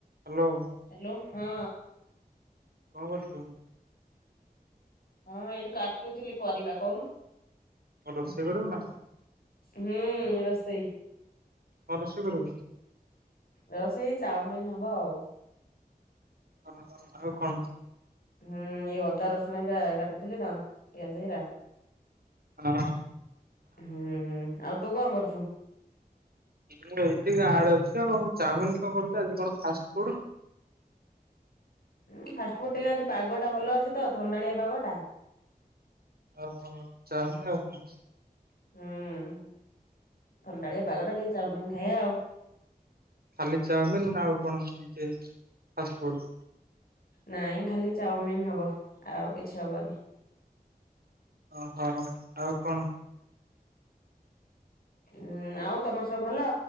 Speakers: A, on the right; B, on the left.
A: Hello.
B: Hello ହଁ।
A: କଣ କରୁଛୁ?
B: ହଁ ଏଇଠି କାଟୁଥିଲି ପରିବା କହୁନୁ।
A: କଣ ରୋଷେଇ କରିବୁ ଏଇନା?
B: ହୁଁ, ରୋଷେଇ।
A: କଣ ରୋଷେଇ କରିବୁ?
B: ରୋଷେଇ ଚାଓମିିନ୍ ହବ ଆଉ।
A: ଅହ ଆଉ କଣ?
B: ହୁଁ, ଏଇ ଅଦା ରସୁଣ ହେରା କାଟୁଥିଲି ତ ପିଆଜ ହେରିକା।
A: ହଁ।
B: ହୁଁ, ଆଉ ତୁ କଣ କରୁଛୁ?
A: ହଁ ଏଇଠି ଗାଁ ଆଡେ ଅଛି ଆଉ। ଚାଓମିନ୍ କଣ କରୁଚୁ ଆଜି କଣ ଫାଷ୍ଟ ଫୁଡ୍।
B: ଉଁ ଫାଷ୍ଟଫୁଡ୍ ଟିକେ ଆଜି ପାଗ ଟା ଭଲ ଅଛି ତ ଥଣ୍ଡାଳିଆ ପାଗ ଟା।
A: ଅହ ଚାଓମିନ୍ ଆଉ କଣ?
B: ହୁଁ, ଥଣ୍ଡାଳିଆ ପାଗ ଟା ଟିକେ ଚାଓମିନ ଖାଇବା ଆଉ।
A: ଖାଲି ଚାଓମିିନ୍ ନା ଆଉ କଣ ହେଇଚି ଫାଷ୍ଟ ଫୁଡ୍।
B: ନାଇଁ ଖାଲି ଚାଓମିନ୍ ହବ ଆଉ କିଛି ହବନି।
A: ଅହ ଆଉ କଣ?
B: ଉଁ, ଆଉ ତମର ସବୁ ଭଲ,